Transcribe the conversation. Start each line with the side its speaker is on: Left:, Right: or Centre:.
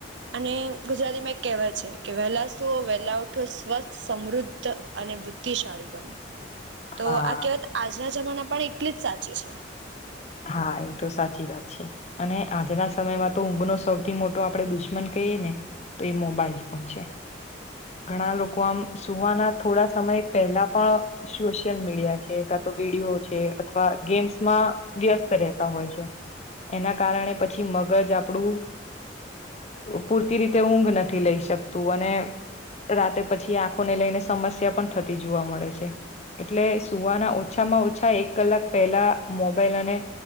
Right: અને ગુજરાતીમાં એક કહેવા છે કે વહેલા સુવો વહેલા ઉઠો સ્વસ્થ સમૃદ્ધ અને બુદ્ધિશાળી બનો તો
Left: હા
Right: આ કહેવત આજના જમાના પણ એટલી જ સાચી છે.
Left: હા એ તો સાચી વાત છે. અને આજના સમયમાં તો ઊંઘનો સૌથી મોટો આપણે દુશ્મન કહીએ ને તો એ મોબાઈલ ફોન છે. ઘણા લોકો આમ સુવાના થોડા સમય પહેલા પણ સોશિયલ મીડિયા છે કા તો વિડીયો છે અથવા ગેમ્સમાં વ્યસ્ત રહેતા હોય છે. એના કારણે પછી મગજ આપણું પૂરતી રીતે ઊંઘ નથી લઈ શકતું અને રાતે પછી આંખોને લઈને સમસ્યા પણ થતી જોવા મળે છે. એટલે સુવાના ઓછામાં ઓછા એક કલાક પહેલા મોબાઈલ અને